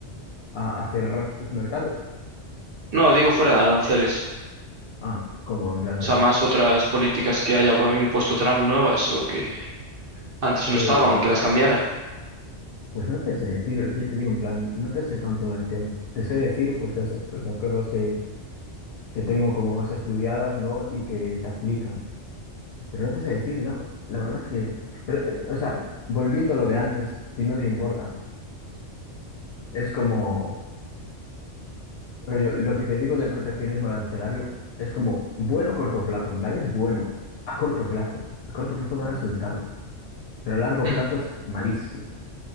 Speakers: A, on the left; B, on the right.
A: a, a cerrar sus mercados.
B: No, digo fuera de aranceles.
A: Ah, ¿cómo? En plan,
B: O
A: te-
B: sea, más otras políticas que haya impuesto Trump nuevas o que antes
A: Eh,
B: no estaban, aunque las cambiara.
A: Pues no te sé decir, es que te digo en plan, no te sé tanto del tema. Te sé decir, pues eso, pues las cosas que, que tengo como más estudiadas, ¿no? Y que se aplican. Pero no te sé decir, la, la verdad es que, pero, eh, o sea, volviendo a lo de antes, si no te importa, es como, rollo, lo que te digo del proteccionismo arancelario es como bueno a corto plazo, en plan es bueno, a corto plazo, a corto plazo da resultados, pero a largo
B: Mm,
A: plazo es malísimo.